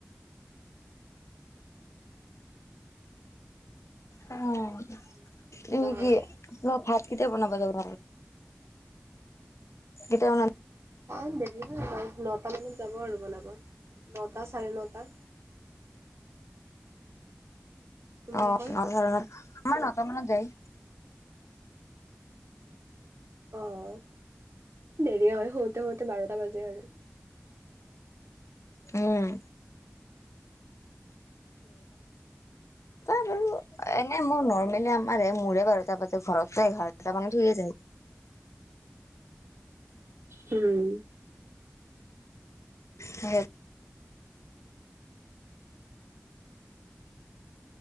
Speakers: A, on the right (about 65°); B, on the left (about 80°).
A: বালাজী
B: অ
A: যাম বুলি ভাবি
B: ',
A: আছো ৰ'বা
B: এই
A: বা হয়
B: কি আপোনা ভাত কেতিয়া বনাব যাব। কেতিয়া অনা
A: চাই দেৰি হয় আমাৰ নতা মানত যাব আৰু বনাব নটা চাৰে নটা। তোমালোকৰ
B: অ', ন আমাৰ নটা মানত যায়।
A: অ', দেৰি হয় শুতে শুতে বাৰটা বাজে আৰু
B: উম, ত বাৰু এনেই মোৰ নৰ্মেলি আমাৰ মোৰে বাৰতা বাজে ঘৰতো এঘাৰট মান ঠিকেই
A: উম।
B: সেই